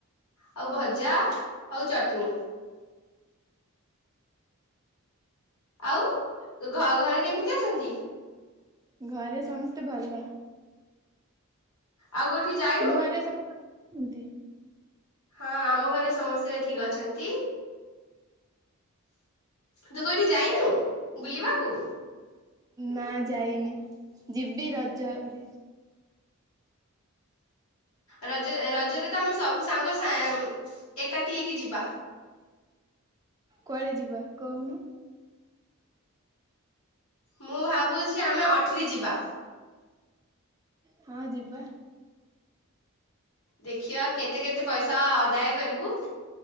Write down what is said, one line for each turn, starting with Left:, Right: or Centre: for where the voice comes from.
Left: ଆଉ ଭଜା ଆଉ ଚଟଣି। ଆଉ ଘର ଘରେ କେମିତି ଅଛନ୍ତି?
Right: ଘରେ ସମସ୍ତେ ଭଲ।
Left: ଆଉ କୋଉଠିଁ କି ଯାଇ
Right: ଘରେ ସମସ୍ତେ ଭଲ ଅଛନ୍ତି?
Left: ହଁ ଆମ ଘରେ ସମସ୍ତେ ଠିଁକ ଅଛନ୍ତି। ତୁ କଉଠି ଯାଇନୁ ବୁଲିବାକୁ
Right: ନାଁ ଯାଇନି ଯିବି ରଜ ରେ
Left: ରଜ ରଜରେ ତ ଆମେ ସବୁ ସାଙ୍ଗ ସା ଏକାଠିଁ ହେଇକି ଯିବା।
Right: କୁଆଡେ ଯିବା କହୁନୁ?
Left: ମୁଁ ଭାବୁଛି ଆମେ ଅଟ୍ରେ ଯିବା।
Right: ହଁ ଯିବା।
Left: ଦେଖିବା କେତେ କେତେ ପଇସା ଆଦାୟ କରିବୁ?